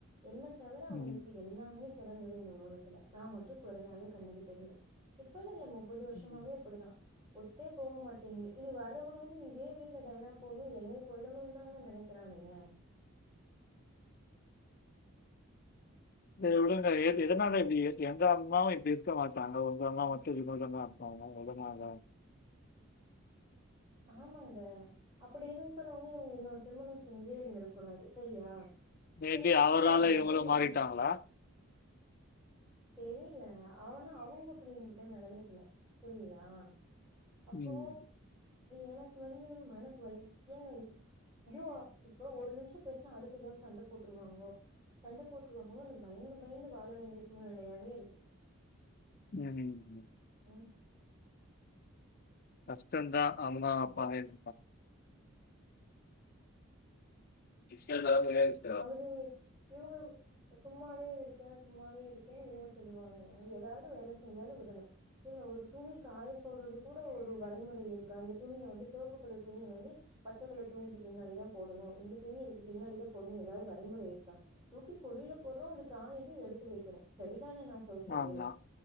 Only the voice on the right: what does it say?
என்ன தவர
அவங்களுக்கு எல்லாமே சிறந்தது இந்த உலகத் துல நா மட்டு குறையாவே கண்ணுக்கு தெரிர இப்பன்னு இல்ல முப்பது வருஷமாவே
இப்டிதா ஒத்தே போக மாட்டேங்கு இனி வா அணும் <unintelligible> இதே வீட்டுல டயரா போன்னு என்னைய கொல்லணுன் தாங்க நெனைக்கிறானுங்க
ஆமாங்க அப்படி இருந்தறவங்க இவங்க இன்னோர் திருமணம் செஞ்சே இருந்திருக்கூடாது சரியா
செஞ்சிருந்தாலு
என்ன வளத்தியே
இருந்திரு
தெரியில ஆனா அவங்க அப்படி எங்கிட்ட நடந்துக்கல புரியுதா அப்போ
எனக்கு வந்து மனசு வலிக் ஏங்க யோ இப்ப ஒரு நிமிஷம் பேஸ்னா அடுத்த தவ சண்ட போட்ருவாங்கோ சண்ட போற்றுவோமோன்னு பயந்து பயந்து வாழ வேண்டிய சூழ்நிலையாவே இருக்கு
ம்
அவரு இவங்க சும்மாவே இருக்க சும்மாவே இருக்கேன்னு இவங்க சொல்லுவாங்க எதாவது வேல செஞ்சாலு விடணு இல்ல ஒரு துணிக்காய போற்றது கூட ஒரு வரைமுறை இருக்கா அந்த துணிய வந்து சிவப்புக்கலர் துணிய வந்து பச்சக்கலர் துணிக்கு பின்னாடி தா போடணு இந்த துணி இதுக்கு பின்னாடி தா போட்னு எதாவது வரைமுறை இருக்கா தூக்கி கொடியில போற்றோ அது காயது எடுத்து வைக்கிறோ சரிதான நா சொ சொல்றது